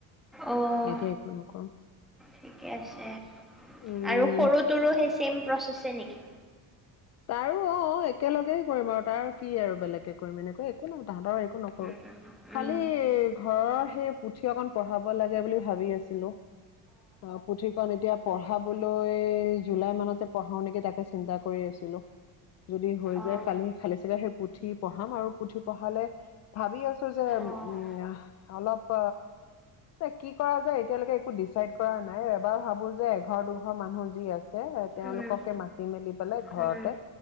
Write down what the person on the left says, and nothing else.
এতিয়া একো নকৰোঁ।
উম
তাৰো অ' অ'একেলগেই কৰিম আৰু তাৰ কি আৰু বেলেগকে কৰিম এনেকৈ একো নাই তাহাঁতৰ একো নকৰোঁ।
খালি
এই ঘৰৰ সেই পুথি অকন পঢ়াব লাগে বুলি ভাবি আছিলোঁ। অ' পুথিখন এতিয়া পঢ়াবলৈ জুলাই মানতে পঢ়াও নেকি তাকে চিন্তা কৰি আছিলোঁ যদি হৈ
যায় কালি খালী চাগে সেই পুথি পঢ়াম আৰু পুথি পঢ়ালে ভাবি আছো যে
উম, অলপ প এ কি কৰা যায় এতিয়ালৈকে একো ডিচাইড কৰা নাই এবাৰ ভাবোঁ যে এঘৰ, দুঘৰ মানুহ যি আছে ছে তেওঁলোককে
মাতি মেলি পেলাই ঘৰতে